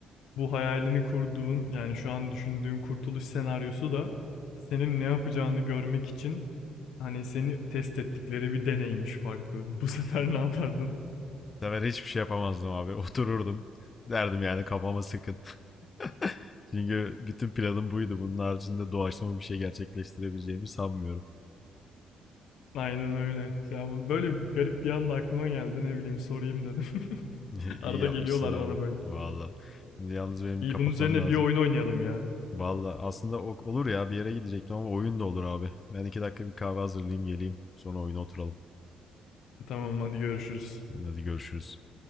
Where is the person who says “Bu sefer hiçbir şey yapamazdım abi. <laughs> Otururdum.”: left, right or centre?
Left